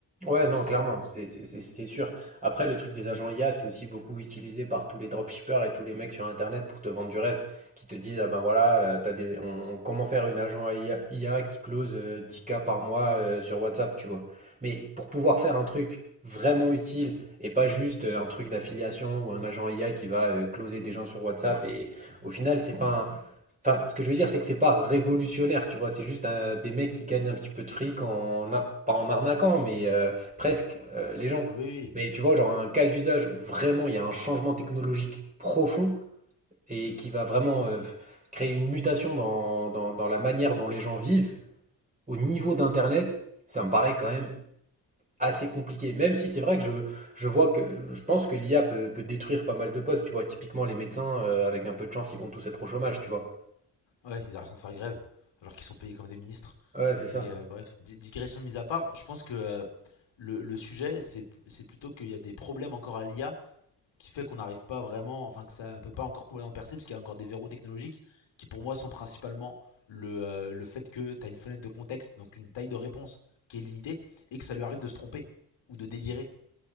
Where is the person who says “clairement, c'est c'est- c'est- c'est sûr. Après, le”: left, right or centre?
Right